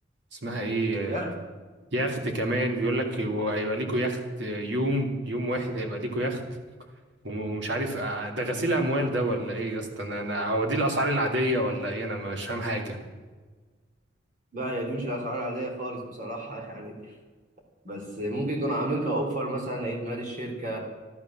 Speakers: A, on the right; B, on the right.
A: اسمها ايه
B: يخت
A: آه، يخت كمان بيقول لك وهيبقى ليكوا يخت يوم يوم واحد هيبقى ليكوا يخت ومش عارف آه، ده غسيل اموال ده ولا ايه يا اسطى انا أنا- هو دي الاسعار العاديه ولا ايه انا مش فاهم حاجه
B: بقى هي دي مش الاسعار العاديه خالص بصراحه <laughs> يعني بس ممكن يكونوا عاملين كاوفر مثلا عيد ميلاد الشركه